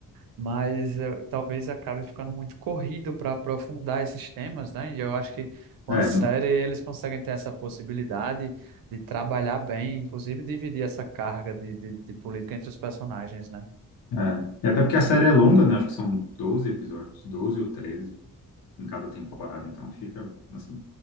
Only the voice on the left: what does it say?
É,
É. E até porque a série é longa, né? Acho que são 12 episódios, 12 ou 13 em cada temporada, então fica assim,